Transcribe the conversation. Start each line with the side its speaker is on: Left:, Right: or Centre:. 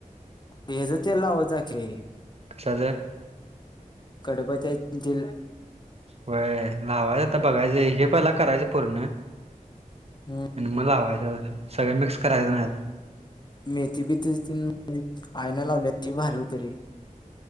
Left: हेज तेल लावत जा की,
Right: कशाचं?
Left: कडपत्यातेल
Right: होय लावायचं आता बघायचं. हे पहिला करायचं पूर्ण.
Left: हम्म,
Right: आणि म लावायचं. सगळं मिक्स करायचं नाय आता
Left: मेथी बीती चं तेल आईन लावल्याती भारी होत रे